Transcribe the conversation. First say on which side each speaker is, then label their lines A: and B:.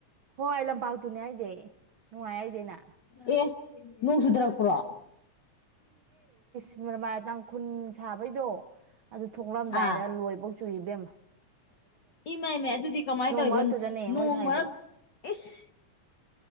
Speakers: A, on the right; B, on the left.
A: ꯍꯣꯏ ꯂꯝꯄꯥꯛꯇꯨꯅꯦ ꯍꯥꯏꯁꯦ ꯅꯨꯡꯉꯥꯏ ꯍꯥꯏꯁꯦꯅ
B: ꯑꯦ ꯅꯣꯡ ꯆꯨꯗꯔꯛꯄ꯭ꯔꯣ
A: ꯃꯤꯅꯣꯃꯥꯅ ꯇꯥꯡꯈꯨꯟ ꯁꯥꯕꯩꯗꯣ ꯑꯗꯨ ꯊꯣꯛꯂꯛ ꯑꯝꯗꯥꯏꯗ
B: ꯑꯥ
A: ꯂꯣꯏꯕꯧ ꯆꯨꯏꯕꯦꯝꯃ
B: ꯏꯃꯥꯏ ꯃꯥꯏ ꯑꯗꯨꯗꯤ ꯀꯃꯥꯏꯟ ꯇꯧꯋꯤꯕ
A: ꯃꯔꯛꯇꯨꯗꯅꯦ
B: ꯅꯣꯡ
A: ꯃꯣꯏ ꯁꯥꯏꯗꯣ
B: ꯃꯔꯛ ꯑꯤꯁ